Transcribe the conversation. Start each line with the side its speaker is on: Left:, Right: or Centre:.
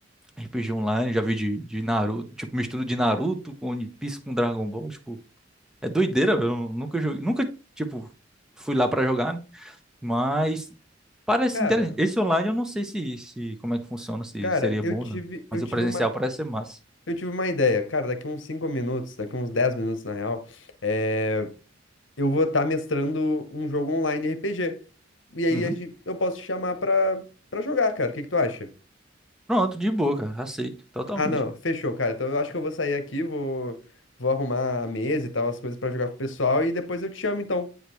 Centre: RPG online, já vi de, de Naruto, tipo, mistura de Naruto com One Piece com Dragon Ball, tipo, é doideira, velho. eu nunca joguei, nunca, tipo, fui lá pra jogar, né? Mas parece
Left: Cara,
Centre: interessante. Esse online eu não sei se, se como é que funciona, se
Left: cara,
Centre: seria
Left: eu
Centre: bom
Left: tive,
Centre: ou não.
Left: eu
Centre: Mas
Left: tive
Centre: o presencial
Left: uma,
Centre: parece ser massa.
Left: eu tive uma ideia, cara, daqui uns 5 minutos, daqui uns 10 minutos, na real, é... eu vou estar mestrando um jogo online RPG. E aí
Centre: Uhum.
Left: a gen- eu posso te chamar pra, pra jogar, cara. O que que tu acha?
Centre: Pronto, de boa, cara. Aceito, totalmente.
Left: Ah, não. Fechou, cara. Então eu acho que eu vou sair aqui, vou, vou arrumar a mesa e tal, as coisas pra jogar com o pessoal e depois eu te chamo, então.